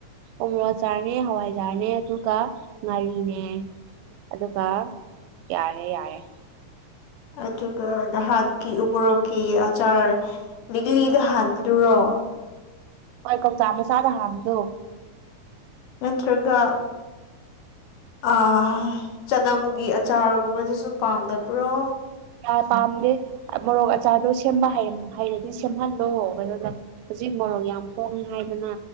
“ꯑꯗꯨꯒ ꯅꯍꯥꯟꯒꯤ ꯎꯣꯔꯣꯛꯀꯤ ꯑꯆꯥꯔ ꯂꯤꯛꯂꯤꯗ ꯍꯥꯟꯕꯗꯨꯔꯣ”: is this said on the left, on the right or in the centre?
Left